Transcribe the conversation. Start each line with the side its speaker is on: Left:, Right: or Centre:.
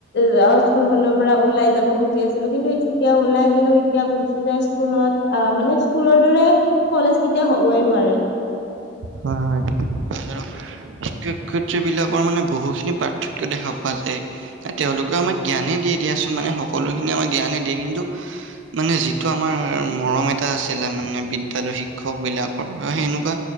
Left: যাও স্কুল খনৰ পৰা ওলাই যাব খুজি আছিলো কিন্তু যেতিয়া ওলাই আহিলো ইত তিয়া বুজিছো যে স্কুলত আ মানে স্কুলৰ দৰে কলেজ কেতিয়াও হবই নোৱাৰে।
Right: হয় হয় হয় ঠিকে হয় আৰু কু কুচি বিলাকৰ মানে বহুখিনি পাৰ্থক্য দেখা পোৱা যায়। তেওঁলোকে আমাক জ্ঞানেই দিয়ে দিয়াচোন মানে সকলোখিনি আমাক জ্ঞানেই দিয়ে কিন্তু, মানে যিটো আমাৰ মৰম এটা আছিলে মানে বিদ্যালয় শিক্ষক বিলাকৰ অঁ সেনেকুৱা